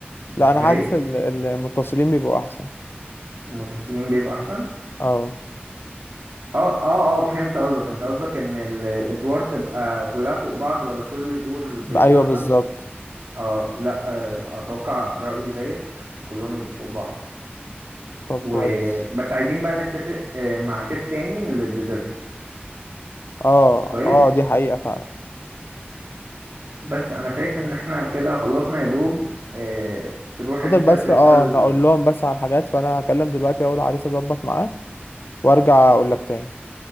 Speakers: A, on the right; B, on the left.
A: مش
B: لا انا
A: فارق
B: حاسس
A: لي
B: ال- ال- المتصلين بيبقوا احسن
A: المتصلين بيبقى احسن
B: اه
A: اه اه اه فهمت قصدك انت قصدك ان الادوار تبقى كلها فوق بعض ولا كل دور بتورتة
B: ايوه بالظبط
A: اه لا آه اتوقع رأيي زيك كلهم يبقوا فوق بعض
B: طب
A: و
B: كويس
A: بس عايزين بقى نتفق آه، مع شيف تاني للديزرت
B: اه
A: كويس
B: اه دي حقيقه فعلا
A: بس انا شايف ان احنا كده خلصنا يا دوب آه، تروح
B: فضل
A: انت
B: بس
A: تسأل
B: اه انا اقول لهم بس على الحاجات فانا هكلم دلوقتي اول عريس اظبط معاه وارجع اقول لك تاني